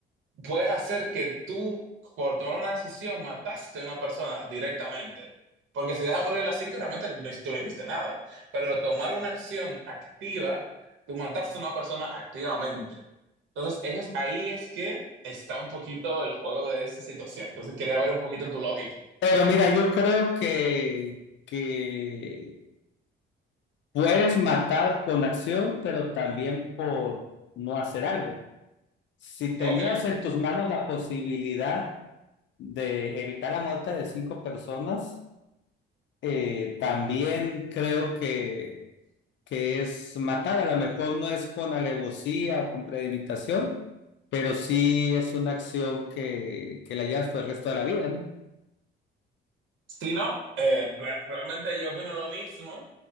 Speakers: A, on the right; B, on the left.
A: puedes hacer que tú, por tomar una decisión, mataste a una persona directamente. Porque si dejas morir a las cinco, realmente no, tú no hiciste nada. Pero tomar una acción activa, tú mataste a una persona activamente. Entonces, eso es- ahí es que está un poquito el juego de esta situación. Entonces, quería ver un poquito tu lógica.
B: Pero mira, yo creo que, que Puedes matar con acción, pero también por no hacer algo. Si tenías
A: Ok.
B: en tus manos la posibilidad de evitar la muerte de cinco personas, eh, también creo que, que es matar. A lo mejor no es con alevosía o con premeditación, pero sí es una acción que, que la llevas por el resto de la vida, ¿no?
A: Sí, no, eh, re- realmente yo opino lo mismo,